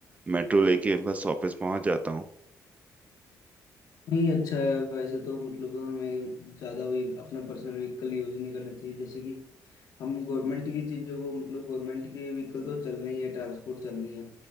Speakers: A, on the right; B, on the left.
A: मेट्रो लेके बस ऑफिस पहुंच जाता हूँ
B: नहीं अच्छा है वैसे तो मतलब हमें ज़्यादा वही अपना पर्सनल व्हीकल यूज़ नहीं करना चाहिए जैसे कि हम गवर्नमेंट की चीज़ों को मतलब गवर्नमेंट के व्हीकल तो चलने ही है ट्रांसपोर्ट चलनी है